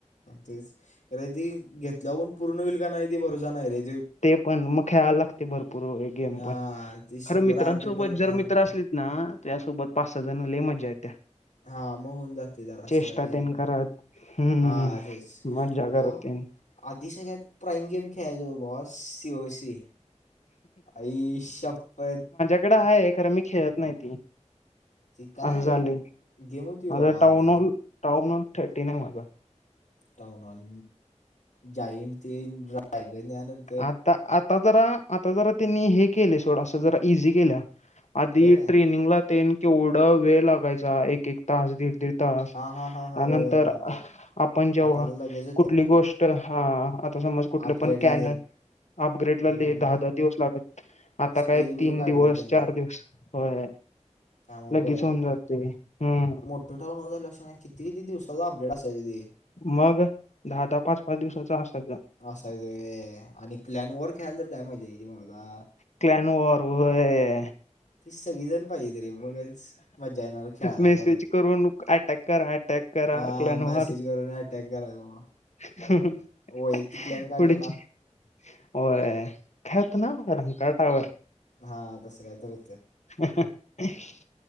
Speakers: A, on the left; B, on the left.
A: तेच खरंय ती घेतल्यावर पण पूर्ण होईल का नायं ती भरोसा नायं रे
B: ते पण मग खेळाला लागते भरपूर वगैरे गेम
A: हा
B: पण
A: ती
B: खर
A: शंभर
B: मित्रांसोबत
A: आर पी पर्यंत
B: जर
A: न्यावं
B: मित्र
A: लागते
B: असली ना तोयासोबत पाच सहा जण लय मज्जा येत्या.
A: हा म होऊन जाते जरासं
B: चेष्टा
A: काय
B: तेन
A: एवढं हाय
B: करत हम्म
A: हा तेच
B: मज्जा करत
A: हा
B: तेन
A: आधी सगळ्यात प्राईम गेम खेळाचो ओ बॉस सी ओ सी आईशप्पथ!
B: ईकडं आहे खर मी खेळत नाही ती.
A: ती काय
B: असं चाललय
A: गेम होती
B: माझा
A: बा
B: टाऊन
A: आधी
B: हॉल, टाउन हॉल थर्टीन आहे माझा.
A: टाऊन हॉल, जाईंते न रायगने आलं <unintelligible>
B: आता, आता जरा, आता जरा त्यांनी हे केले सोड अस जरा इझी केल्या. आधी
A: होय
B: ट्रेनिंगला तेन केवढा वेळ लागायचा, एक एक तास दीड दीड तास
A: हा हा हा हा
B: अ
A: होय
B: नंतर
A: माहित आहे
B: आपण जेव्हा
A: आता लगेच होत्या
B: कुठली गो ष्ट हा आता समज कुठलं
A: अपग्रेडला
B: पण कॅन
A: देन
B: अपग्रेडला
A: हम्म.
B: लई दहा दहा दिवस लागत, आता
A: स्पेल
B: काय
A: बिल
B: तीन
A: काढलं
B: दिवस
A: त्याने
B: चार दिवस होय
A: त्यामुळे
B: लगेच होऊन जाते हूं!
A: त्या टाईमला काही लक्ष नाही, किती-किती दिवसाच अपडेट असायच ते.
B: मग दहा दहा, पाच पाच दिवसाचा असायचा.
A: असायचं होय आणि क्लॅन ओव्हर ख्याल तर काय मजा यायची मर्दा.
B: क्ल्यान ओव्हर व्हयं.
A: ती सगळीजण पाहिजे त रे, मगच मज्जा येणार खेळायला
B: मेसेज
A: परत.
B: करून अटॅक करा अटॅक करा
A: हा
B: क्लॅन वॉर
A: मेसेज करून अटॅक कराय चा बाबा.
B: <inaudible>
A: हो एक ती क्लॅन काढलेला.
B: पुढची होय ख्यात ना रंकाटावर.
A: हा तसं काहीतरी होत.
B: <inaudible>